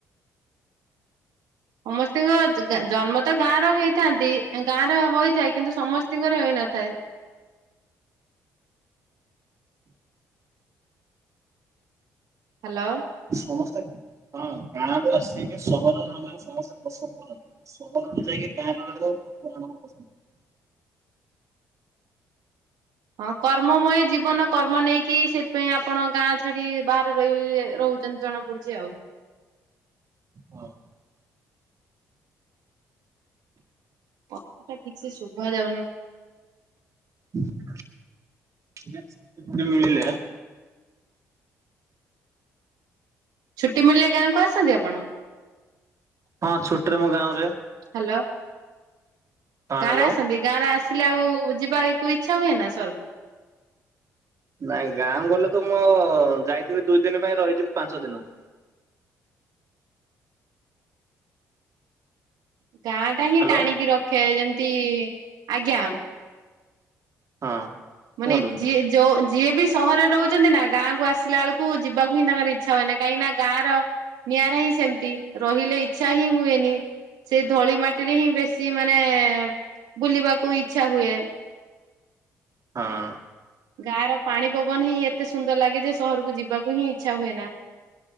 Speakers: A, on the right; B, on the right.
A: ସମସ୍ତଙ୍କ ଜନ୍ମ ତ ଗାଁ ର ହେଇଥାନ୍ତି ଗାଁ ର ହୋଇଥାଏ କିନ୍ତୁ ସମସ୍ତଙ୍କର ହେଇନଥାଏ। ହ୍ୟାଲୋ।
B: ସମସ୍ତେ ହଁ ଗାଁ ରୁ ଆସିକି ସହରରେ ରହିବାକୁ ସମସ୍ତେ ପସନ୍ଦ କରନ୍ତି। <unintelligible> ସୁ ଯାଇକି ଟ ଲାଗ କଣ? <unintelligible>
A: ହଁ କର୍ମମୟ ଜୀବନ କର୍ମ ନେଇକି ସେଥିପାଇଁ ଆପଣ ଗାଁରେ। ସେଠି ବାହାରେ ରହି ରହୁଛନ୍ତି ଜଣାପଡୁଛି ଆଉ।।
B: ହଁ।
A: କଥା ଟା ଠିକ୍ ସେଶୁଭା ଯାଉନି।
B: ଆଜ୍ଞା ଛୁଟି ମିଳିଲା।
A: ଛୁଟି ମିଳିଲେ ଗାଁକୁ ଆସନ୍ତି ଆପଣ?
B: ହଁ ଛୁଟିରେ ମୁଁ ଗାଁ କୁଯାଏ।
A: ହ୍ୟାଲୋ
B: ହଁ
A: କାହାର
B: ହ୍ୟାଲୋ।
A: ଆସିଚନ୍ତି। ଗାଁରେ ଆସିଲେ ଆଉ ଯିବାକୁ ଇଚ୍ଛା ହୁଏ ନା ସହରକୁ।
B: ନାଇଁ ଗାଁକୁ ଗଲେ ତ ମୁଁ ଯାଇଥିବି ଦୁଇ ଦିନ ପାଇଁ ରହିଯିବି ପାଞ୍ଚ ଦିନ।
A: ଗାଁ ଟା ହିଁ
B: ହ୍ୟାଲୋ
A: ଟାଣିକି ରଖେ ଯେମିତି ଆଜ୍ଞା।
B: ହଁ।
A: ମାନେ
B: କୁହନ୍ତୁ
A: ଯିଏ ଯି। ଯୋଉ ଯିଏ ବି ସହରରେ ରହୁଛନ୍ତି ନା ଗାଁକୁୁ ଆସିଲା ବେଳକୁ ଯିବାକୁ ହିଁ ତାଙ୍କର ଇଚ୍ଛା ହୁଏନି କାହିଁକି ନା ଗାଁର। ନିଆଁରା ହିଁ ସେମିତି ରହିଲେ ଇଚ୍ଛା ହିଁ ହୁଏନି ସେ ଧୂଳି ମାଟି। ମାଟିରେହିଁ ବେଶୀ ମାନେ ବୁଲିବାକୁ ଇଛା ହୁଏ।
B: ହଁ।
A: ଗାଁ ର ପାଣି ପବନ ହିଁ ଏତେ ସୁନ୍ଦର ଲାଗେ ଯେ ସହରକୁ ଯିବାକୁ ହିଁ ଇଚ୍ଛା ହୁଏ ନା।